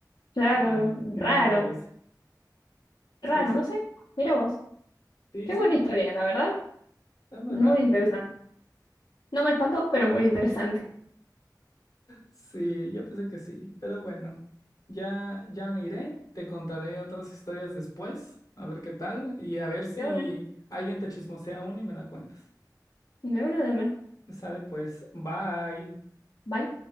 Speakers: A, on the left; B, on the left.
A: Claro,
B: No, no, no,
A: raro,
B: no parece.
A: raro,
B: Sí, es-
A: no sé. Mira vos.
B: sí,
A: Qué
B: sí,
A: buena
B: es muy-
A: historia, la verdad.
B: es muy
A: Muy
B: raro.
A: interesante. No me espanto pero muy interesante.
B: Sí, yo pensé que sí, pero bueno, ya, ya me iré, te contaré otras historias después, a ver qué tal, y a ver si
A: De una.
B: alguien te chismosea una y me la cuentas.
A: De una, de una.
B: Sale pues, bye.
A: Bye.